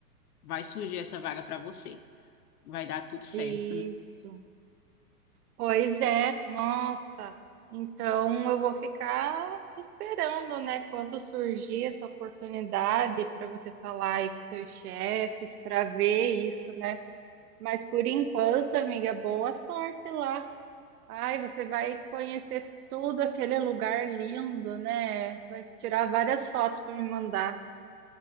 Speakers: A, on the left; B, on the right.
A: vai surgir essa vaga para você. Vai dar tudo certo.
B: Isso. Pois é, nossa. Então eu vou ficar esperando, né, quando surgir essa oportunidade para você falar aí com seus chefes, para ver isso, né? Mas por enquanto, amiga, boa sorte lá. Ai, você vai conhecer tudo aquele lugar lindo, né? Vai tirar várias fotos para me mandar.